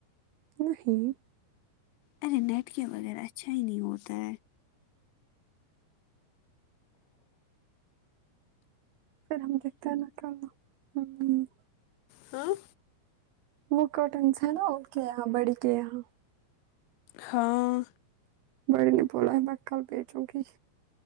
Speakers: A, on the right; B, on the left.
A: نہیں
B: ارے نیٹ کے وغیرہ اچھا ہی نہیں ہوتا ہے
A: پھر ہم دیکھتے ہیں نا <unintelligible>
B: ہاں
A: وہ کرٹنس ہے نا ان کے یہاں بڑی کے یہاں
B: ہاں
A: بڑی نے بولا ہے میں کل بیچوں گی